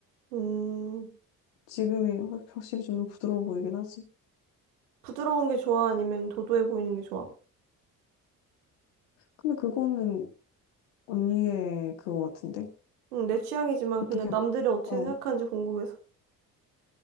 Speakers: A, on the right; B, on the left.
A: 음,
B: 지금이 확- 확실히 좀 더 부드러워 보이긴 하지.
A: 부드러운 게 좋아? 아니면 도도해 보이는 게 좋아?
B: 근데 그거는 언니의 그거 같은데?
A: 응, 내 취향이지만
B: 어떻게,
A: 그냥 남들이 어떻게
B: 어.
A: 생각하는지 궁금해서.